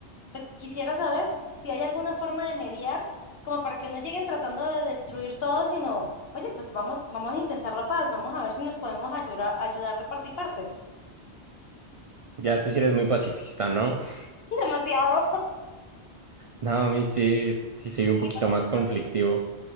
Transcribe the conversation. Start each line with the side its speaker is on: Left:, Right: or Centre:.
Left: pues quisiera saber si hay alguna forma de mediar, como para que no lleguen tratando de destruir todo, sino, oye, pues vamos, vamos a intentar la paz, vamos a ver si nos podemos ayudar, ayudar de parte y parte.
Right: Ya tú sí eres muy pacifista, ¿no? <laughs>
Left: <laughs> Demasiado
Right: No, a mí sí, sí
Left: situación
Right: soy un poquito
Left: hipotética,
Right: más conflictivo.